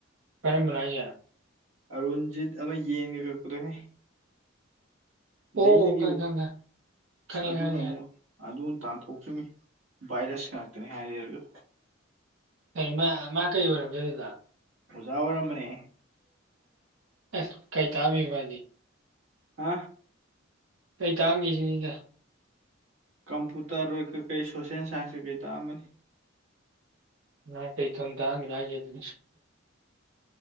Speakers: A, on the right; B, on the right.
A: ꯔ ꯃꯂ ꯌꯥꯔ
B: ꯑꯔꯨꯟꯖꯤꯠ ꯑꯃ ꯌꯦꯡꯒꯦ ꯀꯛꯄꯗꯍ
A: ꯑꯣ
B: ꯗꯩꯅꯒꯤ
A: ꯈꯪꯉꯦ
B: ꯎ
A: ꯈꯪꯉꯦ ꯈꯪꯉꯦ ꯈꯪꯉꯦ
B: ꯑꯗꯨꯅ
A: ꯈꯪꯉꯦ
B: ꯑꯃꯨꯛ ꯑꯗꯨ ꯇꯥꯟꯊꯣꯛꯇ꯭ꯔꯤꯅꯤ ꯚꯥꯏꯔꯁ ꯉꯥꯛꯇꯅꯤ ꯍꯥꯏꯔꯦꯔꯒ
A: ꯀꯩ ꯃꯥ ꯀꯩ ꯑꯣꯏꯔ ꯀꯗ
B: ꯑꯣꯖꯥ ꯑꯣꯏꯔꯝꯕꯅꯦ
A: ꯑꯁ ꯀꯩ ꯇꯥꯝꯃꯤꯕꯅꯤ
B: ꯑ
A: ꯀꯩ ꯇꯥꯝꯒꯦ ꯁꯤꯗ
B: ꯀꯝꯄꯨꯇꯔ ꯀꯩꯀꯩ ꯁꯣꯁꯦꯜ ꯁꯥꯏꯟꯁꯀꯩꯀꯩ ꯇꯥꯛꯑꯝꯃꯅꯤ
A: ꯑ ꯀꯩꯊꯣ ꯇꯃꯤꯅꯥꯦ ꯑꯗꯨ